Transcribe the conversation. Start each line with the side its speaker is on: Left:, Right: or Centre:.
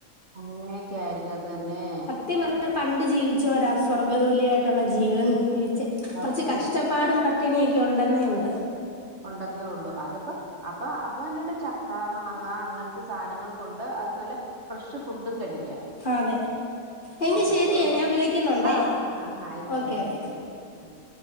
Right: അങ്ങനെയൊക്കെ ആയിരിക്കും അത് ന്നെ
Left: കൃത്യം പറഞ്ഞ പണ്ട് ജീവിച്ചോരാ സ്വർഗ്ഗ തുല്യായിട്ടുള്ള ജീവിതം ജീവിച്ചേ
Right: സത്യം
Left: കുറച്ച് കഷ്ടപ്പാടും പട്ടിണിയൊക്കെ ഉണ്ടെന്നേ ഉള്ളു
Right: ഉണ്ടെന്നേ ഉള്ളു അതിപ്പം അപ്പൊ അപ്പൊ തന്നണ്ട് ചക്ക മാങ്ങ അങ്ങനത്തെ സാധനങ്ങൾ കൊണ്ട് അത് നല്ല ഫ്രഷ് ഫുഡും കഴിക്ക
Left: അതെ എങ്കി
Right: ആഹ്
Left: ശരിയേ
Right: ഇപ്പം
Left: ഞാൻ വിളിക്കുന്നുണ്ടേ
Right: ആഹ് ആഹ് ആയിക്കോട്ടെ
Left: ഓക്കെ
Right: ശരി
Left: ഓക്കെ
Right: എന്നാ ഉം